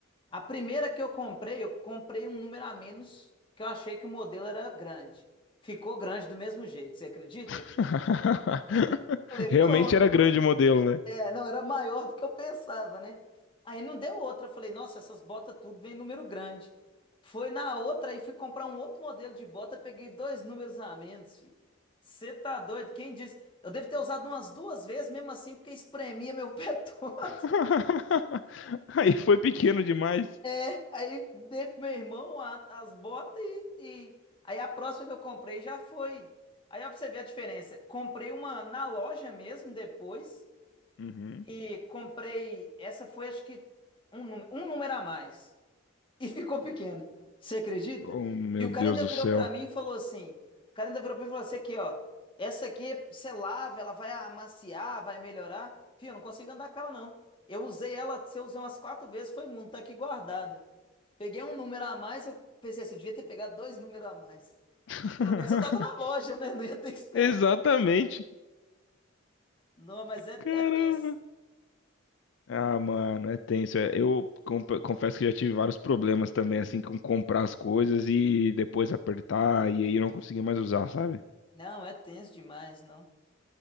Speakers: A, on the left; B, on the left.
A: A primeira que eu comprei, eu comprei um número a menos, que eu achei que o modelo era grande. Ficou grande do mesmo jeito, você acredita?
B: <laughs>
A: Falei,
B: Realmente
A: pronto.
B: era grande o modelo, né?
A: É, não, era maior do que eu pensava, né? Aí não deu outra. Eu falei, nossa, essas botas tudo vem número grande. Foi na outra e fui comprar um outro modelo de bota, peguei dois números a menos, filho. Você tá doido? Quem disse? Eu devo ter usado umas duas vezes, mesmo assim, porque espremia meu pé <laughs> todo.
B: <laughs> Aí foi pequeno demais.
A: É, aí dei pro meu irmão a- as botas e, e- Aí a próxima que eu comprei já foi. Aí ó, pra você ver a diferença. Comprei uma na loja mesmo depois.
B: Uhum.
A: E comprei. Essa foi acho que um, nú- um número a mais e ficou pequeno. Você acredita?
B: Oh, meu
A: E o cara
B: Deus
A: ainda
B: do
A: virou
B: céu.
A: pra mim e falou assim: o cara ainda virou pra mim e falou assim: aqui, ó, essa aqui você lava, ela vai amaciar, vai melhorar. Fio, eu não consigo andar com ela, não. Eu usei ela, se eu usei umas quatro vezes, foi muito, tá aqui guardada. Peguei um número a mais, eu pensei assim, eu devia ter pegado dois números a mais.
B: <laughs>
A: Pelo menos eu tava na loja, né? Não ia ter que esperar.
B: Exatamente.
A: Não, mas é,
B: Caramba!
A: é tenso.
B: Ah, mano, é tenso. É, Eu comp- confesso que já tive vários problemas também, assim, com comprar as coisas e depois apertar e aí eu não consegui mais usar, sabe?
A: Não, é tenso demais, não.